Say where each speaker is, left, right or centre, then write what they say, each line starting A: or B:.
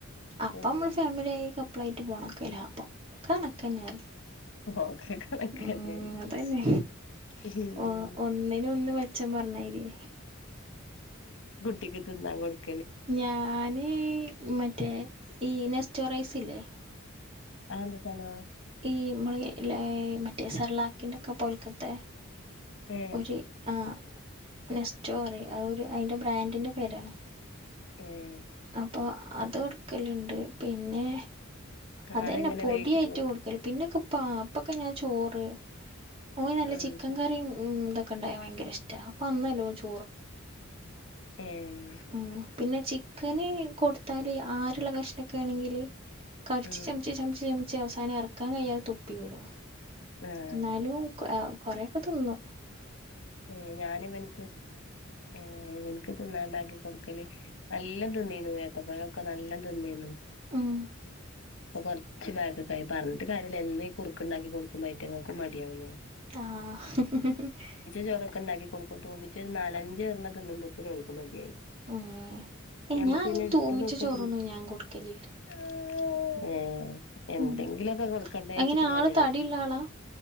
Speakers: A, on the right; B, on the left.
A: അപ്പൊ
B: ഉം
A: നമ്മള് ഫാമിലിയ ആയി കപ്പളായിട്ട് പോണൊ <unintelligible> കണക്ക തന്നെ
B: ഒക്കെ കണക്കന്നെണ്
A: ഉ അതന്നെ
B: ഉം
A: ഓ ഒന്നിന ഒന്ന് മെച്ചം പറഞ്ഞായിരി
B: ഉച്ച്യെയെ <unintelligible> ന്ന്
A: ഞാന് മറ്റേ ഈ നെസ്റ്റോറൈസല്ലേ
B: ആന്ത തനോ
A: ഈമ്മള മറ്റേ സർലാക്കിന്റെ ഒക്കെ പോൽക്കത്തെ
B: ഏഹ്
A: ഒരു ആ റ്റോറി ഒരു അയിന്റെ ബ്രാൻഡിന്റെ പേരാണ്
B: ഉം
A: അപ്പൊ അത് കൊടുക്കലുണ്ട് പിന്നെ അതനെ
B: അതെങ്ങനെ
A: പൊടായിട്ട്
B: വേവിച്ചിട്ട് കൊടുക്കെ
A: കൊടുക്കല് പിന്നെക്കെ അ അപ്പൊക്കെ ഞാൻ ചോറ് ഓയി നല്ല
B: ആഹ്
A: ചിക്കൻ
B: ച്ചോ
A: കറ ഉ തൊക്കെ ഉണ്ടായാൻ ഭയങ്കര ഇഷ്ട അപ്പൊ മ്മലോ ചൊ..
B: ഉം
A: ഉ പിന്നെ ചിക്കന് കൊടുത്താല് ആരുള്ള കഷ്ണക്കെ ആണെങ്കില് കടിച്ചു
B: ഉം
A: ചമച്ച് ചമച്ച് ചമച്ച് അവസാനം ഇറക്കാൻ കഴിയാതെ തൊപ്പി വിടോ
B: ആഹ്
A: എന്നാലും കൊറെൊക്കെ തിന്നു
B: ഏ ഞൻ ഇവനക്ക് ഏവക്ക് തിന്നാണ്ടാക്കി കൊടുക്കല് നല്ല തിന്നീന്നു വഏത്തപ്പഴൊക്കെ നല്ല തിനിനു
A: ഉം
B: അപ്പൊ കൊറച്ച് ബാഗൊക്ക ആയി പറഞ്ഞിട്ട് കാര്യമ എന്ന കുറുക്കുണ്ടാക്കി കൊടുക്കുമ്പോയിട്ട് ങ്ങക്ക് മടിയാവൂല്ലേ
A: ആഹ്
B: ചോറൊക്കെ ഉണ്ടാക്കി കൊടുക്കും തൂമിച്ച് ഒരു നാലഞ്ച് ഇള്ള തിളുമ്പത്തിന് ഓൽക് മതിയായി
A: ഉം ഏഹ്
B: ഞമ്മക്ക്
A: ഞാൻ അങ്ങനെ
B: പിന്നെ എടുത്തതൊക്കെ
A: തൂമിച്ച ചോറൊന്നും
B: തിന്
A: ഞാൻ കൊടുക്കലില്ല
B: <unintelligible> എന്തെങ്കിലുഒക്കെ
A: ഉം
B: കൊടുക്കണ്ടേ വച്ചിട്ട്
A: എങ്ങനെ
B: ഞാനേ
A: ആള് തടിയുള്ള ആളാ